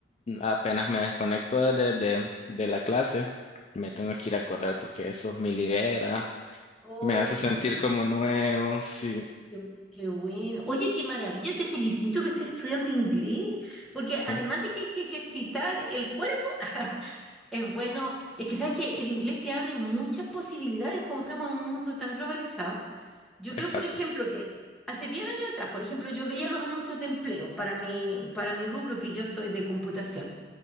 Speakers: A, on the left; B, in the centre.
A: apenas me desconecto de, de, de la clase, me tengo que ir a correr porque eso me libera,
B: Oh,
A: me hace
B: qué
A: sentir
B: bueno,
A: como nuevo, sí,
B: qué, qué bueno. Oye, qué maravilla, te felicito que estés estudiando inglés, porque
A: sí,
B: además de que hay que ejercitar el cuerpo, <laughs> es bueno, es que sabes que el inglés te abre muchas posibilidades como estamos en un mundo tan globalizado. Yo veo,
A: exacto,
B: por ejemplo, que hace 10 años atrás, por ejemplo, yo veía los anuncios de empleo para mi, para mi rubro, que yo soy de computación.